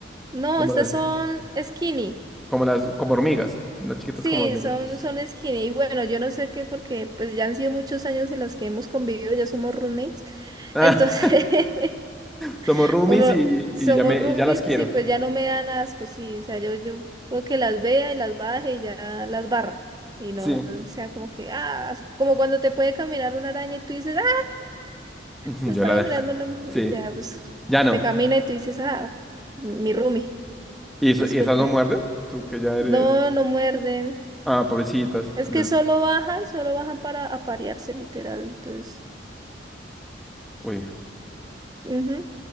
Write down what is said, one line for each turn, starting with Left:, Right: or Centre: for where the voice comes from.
Right: No,
Centre: como
Right: estas
Centre: las,
Right: son skinny.
Centre: como las, como hormigas, las chiquitas
Right: Sí,
Centre: como hormigas.
Right: son,
Centre: <laughs>
Right: son skinny. Y bueno, yo no sé qué, porque pues ya han sido muchos años en los que hemos convivido, ya somos roommates.
Centre: Ah,
Right: Entonces, <laughs>
Centre: somos roomies
Right: Uno,
Centre: y,
Right: somos
Centre: y ya me,
Right: roomies
Centre: y ya las quiero.
Right: y pues ya no me dan asco, sí, o sea, yo, yo puedo que las vea y las baje y ya las barra. Y no
Centre: Sí,
Right: sea como que, ah, asco. Como cuando te puede caminar una araña y tú dices, ah,
Centre: <laughs>
Right: me está
Centre: yo la,
Right: caminando una...
Centre: sí,
Right: Ya, pues
Centre: ya no.
Right: te camina y tú dices, ah, mi roomie,
Centre: ¿Y, eso-
Right: disculpe.
Centre: y esas no muerden? Tú que ya eres.
Right: No, no muerden.
Centre: Ah, pobrecitas.
Right: Es
Centre: Lol.
Right: que solo bajan, solo bajan para aparearse, literal. Entonces,
Centre: Uy.
Right: ujú.